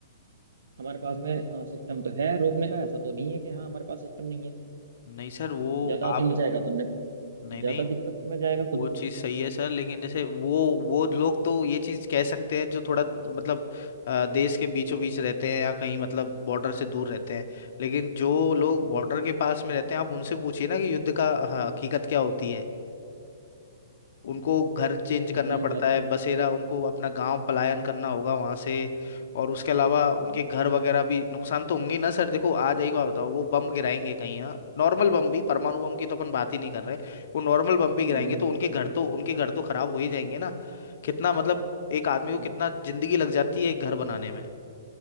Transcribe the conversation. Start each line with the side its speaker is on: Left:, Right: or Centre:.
Right: हमारे पास में सिस्टम तो है रोकने का ऐसा तो नहीं है कि हाँ हमारे पास सिस्टम नहीं है
Left: नहीं सर वो
Right: ज्यादा आती
Left: आप
Right: मचाएगा तो हमने
Left: नहीं
Right: ज्यादा
Left: नहीं
Right: दिक्कत में जाएगा खुद
Left: वो
Right: ही
Left: चीज़ सही है सर लेकिन जैसे वो वो लोग तो ये चीज़ कह सकते हैं जो थोड़ा मतलब अ, देश के बीचों बीच रहते हैं या कहीं मतलब बॉर्डर से दूर रहते हैं लेकिन जो लोग
Right: हम्म
Left: बॉर्डर के पास में रहते हैं आप उनसे पूछिए ना कि युद्ध का हाँ, हकीकत क्या होती है उनको घर चेंज करना
Right: हाँ ये
Left: पड़ता
Right: बात सही
Left: है बसेरा
Right: है।
Left: उनको अपना गांव पलायन करना होगा वहां से और उसके अलावा
Right: हम्म
Left: उनके घर वगैरह भी नुकसान तो होंगे ही ना सर देखो आ जाएगा बताओ वो बम गिराएंगे कहीं ना नॉर्मल बम भी परमाणु बम की तो अपन बात ही नहीं कर रहे वो नॉर्मल
Right: चलो।
Left: बम भी गिराएंगे
Right: हाँ बिल्कुल
Left: तो उनके
Right: सही
Left: घर तो उनके घर तो खराब हो ही जाएंगे ना कितना मतलब एक आदमी
Right: सही
Left: को कितना
Right: बात
Left: जिंदगी लग जाती है एक घर बनाने में